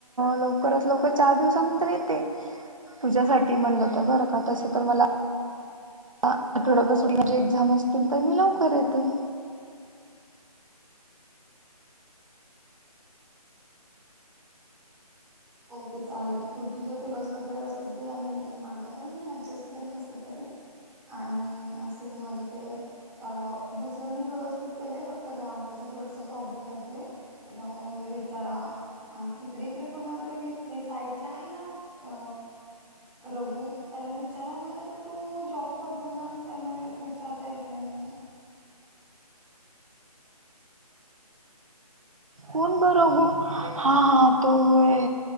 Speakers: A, on the right; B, in the centre.
A: लवकरात लवकर चार दिवसानंतर येते तुझ्यासाठी म्हणलं तर बरं का तसं तर मला. आठवड्यापासून जी एक्झाम असतील तर मी लवकर येते.
B: ओके चालेलं, तू तुझ प पर्स वगैरे व्यव दिदी आणि माझं काय मी अऍडजस्ट करन कस तरी. आणि अस हि माझं ते. अ दुसरं मी व्यवस्थित केलंय फक्त ग्रामरचा थोडासा प्रॉब्लेम येतोय. तव मला विचारा, आणि इकडे इकडे कोणा ते साईडच आहे ना अ. रघु त्याला विचारावं म्हटलं तर तू जॉब करतोय ना त्यामुळे विचारता येत नाहीये.
A: कोण बर गो, हा, हा तो होय.